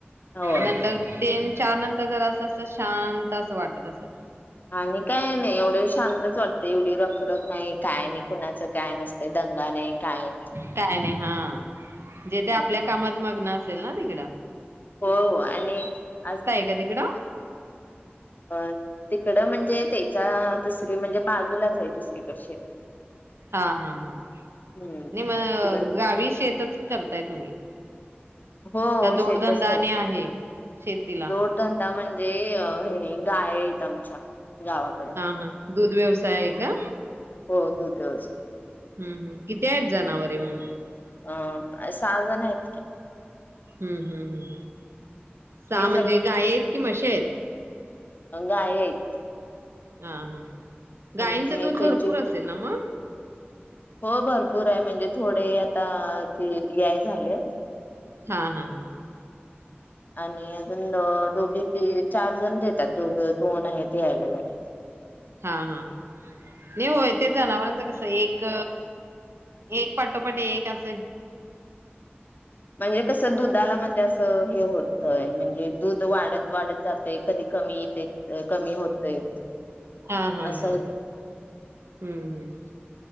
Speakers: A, on the left; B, on the right.
A: होय.
B: नंतर तीन चार नंतर जर असं अस शांत असं वाटत असे
A: आणि काय नाही एवढे शांतच वाटते एवढी रखरख नाही काय नाही कुणाचं काय नस ते दंगा नाही काय नाही
B: काय नाही हा जे ते
A: हम्म.
B: आपल्या कामात मग्न अस <unintelligible> तिकडा
A: हो हो आणि आज
B: का तिकडं?
A: अ तिकडं म्हणजे त्याच्या दुसरी म्हणजे बाजूलाच आहे दुसरीकडशीट
B: हा हा हा नाही
A: हम्म.
B: मग
A: तिकडे
B: गावी शेतच करताय तुम्ही
A: हो
B: का जोडधंदा
A: शेतच कर
B: आणि आहे शेतीला?
A: जोडधंदा म्हणजे हे गाये हाईत आमच्या, गावाकडे
B: हा हा दूध व्यवसाय आहे का?
A: हो, दुध व्यवसा
B: हम्म हम् किती आहेत जनावरे मग?
A: अ प्प सहा जण आहेत की,
B: हम्म! हम्म! हम्म! साहा
A: ते
B: म्हणजे गाय आहेत कि म्हशी आहेत.
A: अं गायी आहेत.
B: हाह हा! गायींचं
A: आणि
B: दूध
A: त्यांची
B: भरपूर असेल ना मग?
A: हो भरपूर आहे, म्हणजे थोडे आता ते याय झाले
B: हा हा हा.
A: आणि अजून दोओ दोघी तिये चार जण देतात, दोघ दोन आहेत ते यायला झाले.
B: हा हा हा. निही होय, ते जनावरांचं कसं एक... एक पाटोपाट, एक अस
A: म्हणजे कसं दुधाला म्हणजे असं अं हे होतय म्हणजे दूध वाढत वाढत जातयं, कधी कमी येते अं कमी होतय.
B: हा हा हा
A: असं
B: हम्म! हम्म!